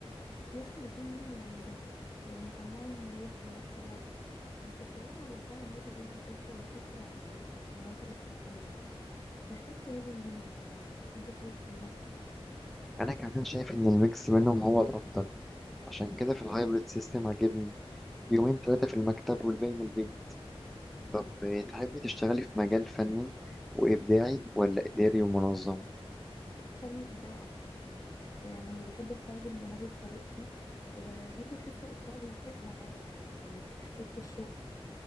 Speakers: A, on the left; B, in the centre.
A: بس الاتنين ليهم مميزات يعني الاونلاين مريح ويوفر وقت بس التواصل الواقعي برضه بيدي طاقه ويفيد في العلاقات والمهارات الاجتماعيه محتاج توازن بينهم يعني انت شايف ايه مثلا
B: انا كمان شايف ان الميكس بينهم هو الافضل عشان كده في الهايبريد سيستم عاجبني يومين ثلاثة في المكتب والباقي من البيت طب تحبي تشتغلي في مجال فني وابداعي ولا اداري ومنظم
A: خليني في ده اكتر يعني بحب استخدم دماغي بطريقتي وبرضه احس الابداع بيفرق معايا يعني في الاحساس بالشغل